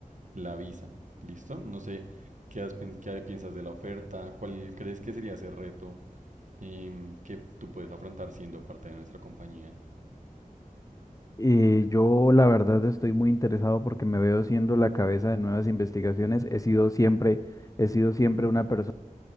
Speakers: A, on the right; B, on the left.
A: la visa. ¿Listo? No sé qué, has qué piensas de la oferta, cuál crees que sería ese reto em, que tú puedes afrontar siendo parte de nuestra compañía.
B: Eh, yo la verdad estoy muy interesado porque me veo siendo la cabeza de nuevas investigaciones. He sido siempre, he sido siempre una persona